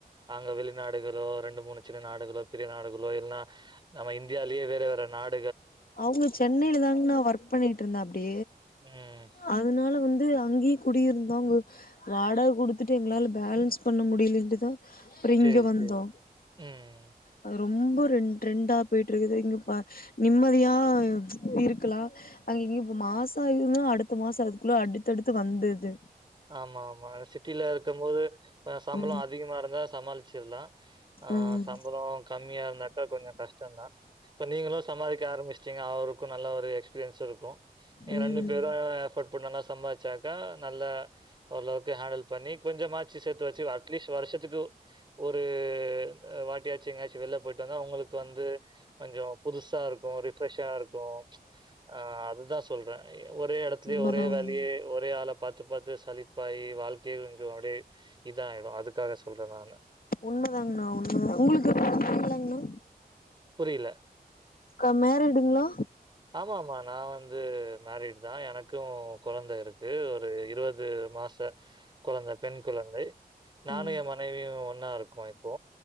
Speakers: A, on the right; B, on the left.
A: அங்க வெளிநாடுகளோ ரெண்டு மூணு சின்ன நாடுகளோ பெரிய நாடுகளோ இல்னா நம்ம இந்தியாலே வேற வேற நாட்
B: அவ்ங்க சென்னைல தாங்ணா ஒர்க் பண்ணிட்ருந்தாப்டி
A: ம்.
B: அதனால வந்து அங்கே குடி இருந்தோனுவை வாடக குடுத்துட்டு எங்களால பேலன்ஸ் பண்ண முடியலைன்ட்டு தா அப்ற
A: சரி,
B: இங்க வந்தோ
A: சரி. ம்.
B: அது ரொம்ப ரொம் ட்ரெண்டா போயிட்டு இருக்குது இங்கப்பா நிம்மதியாக இருக்கலா அங்கிங்கயு மாசா இருந்த அடுத்த மாச அதுக்குள்ள அடுத்தடுத்து வந்துது
A: ஆமா ஆமா சிட்டில இருக்கும் போது ஆ சம்பள
B: ம்
A: அதிகமா இருந்தா சமாளிச் <unintelligible> ஆஹ்
B: ம்
A: சம்பளோ கம்மியா இருந்தாக்கா கொஞ்சோ கஷ்டம்தான் இப்ப நீங்களும் சம்பாதிக்க ஆரம்பிச் ட்டிங்க அவருக்கும் நல்ல ஒரு எக்ஸ்பீரியன்ஸ் இருக்கு நீங்க
B: ம்
A: ரெண்டு பேரும் எஃபர்ட் போட் நல்லா சம்பாதிச்சாக்கா நல்ல ஓரளவுக்கு ஹேண்டல் பண்ணி கொஞ்சமாச் ச்சி சேர்த்து வச்சு அட்லீஸ்ட் வருஷத்துக்கு ஒரு க்கு வாட்டியாச்சு எங்கயாச்சு வெள்ல போய்ட்டு வந்தா அவங்களுக்கு வந்து கொஞ்சோ புதுசா இருக்கும் ரிஃப்ரெஷ்ஷா இருக்கும் ப்ச் ஆ அதுதான் சொல்றே ஒரே எடத்துலயே
B: உண்மதா
A: ஒரே
B: உண்ம
A: வேலயே ஒரே ஆலப் பாத்து பாத்து சலிப்பாயி வாழ்க்கையே கொஞ்சோ அப்படியே இதாயிடும் அதுக்காக சொல்றேன் நானு
B: உண்மதாங்ண்ணா உண்மைதா உங்களுக்கு படிப்பில்லைங்ண்ணா
A: புரியல.
B: க்கா மேரிடுங்களா
A: ஆமா ஆமா நான் வந்து மேரிட்தான் எனக்கு கும் கொழந்த இருக்கு ஒரு இருவது மாச கொழந்த பெண் கொழந்தை நானும்
B: ம்
A: என் மனைவியும் ஒன்னா இருக்கோம இப்போ